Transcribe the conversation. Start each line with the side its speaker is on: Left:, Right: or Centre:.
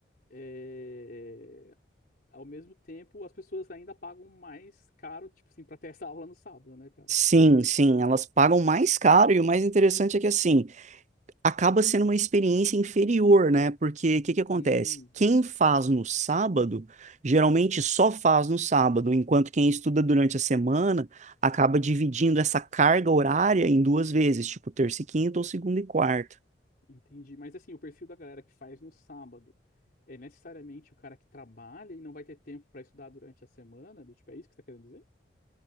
Left: é... ao mesmo tempo as pessoas ainda pagam mais caro, tipo assim, pra ter essa aula no sábado, né, cara?
Right: Sim, sim, elas pagam mais caro e o mais interessante é que assim, acaba sendo uma experiência inferior, né? Porque o que que acontece?
Left: Hum.
Right: Quem faz no sábado, geralmente só faz no sábado, enquanto quem estuda durante a semana acaba dividindo essa carga horária em duas vezes, tipo terça e quinta ou segunda e quarta.
Left: Entendi. Mas assim, o perfil da galera que faz no sábado é necessariamente o cara que trabalha e não vai ter tempo pra estudar durante a semana? Do tipo, é isso que você tá querendo dizer?